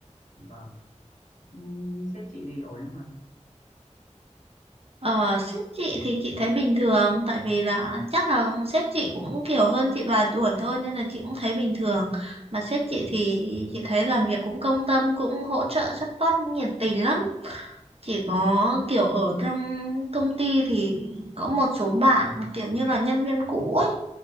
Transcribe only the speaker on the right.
Ờ, sếp chị thì chị thấy bình thường tại vì là chắc là sếp chị cũng kiểu hơn chị vài tuổi thôi nên là chị cũng thấy bình thường mà sếp chị thì chị thấy làm việc cũng công tâm cũng hỗ trợ support nhiệt tình lắm chỉ có kiểu ở trong công ty thì có một số bạn kiểu như là nhân viên cũ ấy